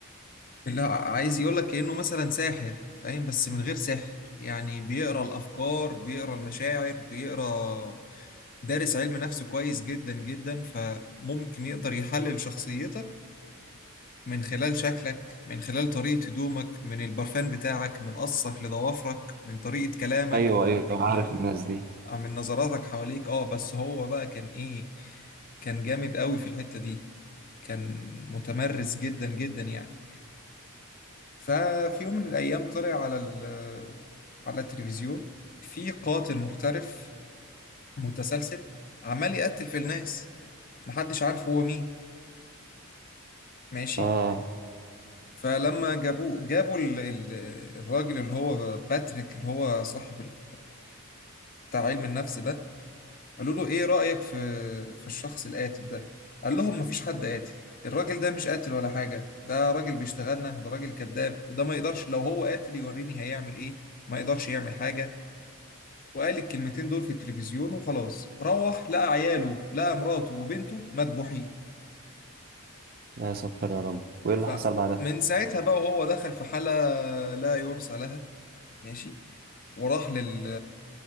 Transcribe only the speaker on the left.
لا عايز يقول لك كأنه مثلا ساحر فاهم بس من غير سحر يعني بيقرا الافكار بيقرا المشاعر بيقرا دارس علم نفس كويس جدا جدا فممكن يقدر يحلل شخصيتك من خلال شكلك من خلال طريقة هدومك من البرفان بتاعك من قصك لضوافرك من طريقة كلامك
من
آه، من نظراتك حواليك اه بس هو بقى كان ايه كان جامد قوي في الحتة دي كان متمرس جدا جدا يعني ففي يوم من الأيام طلع على ال على التلفزيون في قاتل محترف متسلسل عمال يقتل في الناس محدش عارف هو مين ماشي
فلما جابوه جابوا ال- ال- الراجل اللي هو باتريك اللي هو صاحب ال- بتاع علم النفس ده قالوا له ايه رأيك في في الشخص القاتل ده قال لهم مفيش حد قاتل الراجل ده مش قاتل ولا حاجة ده راجل بيشتغلنا ده راجل كذاب وده ما يقدرش لو هو قاتل يوريني هيعمل ايه ما يقدرش يعمل حاجة وقال الكلمتين دول في التلفزيون وخلاص روح لقى عياله لقى مراته وبنته مدبوحين
فمن
ساعتها بقى وهو دخل في حالة لا يرثى لها ماشي وراح لل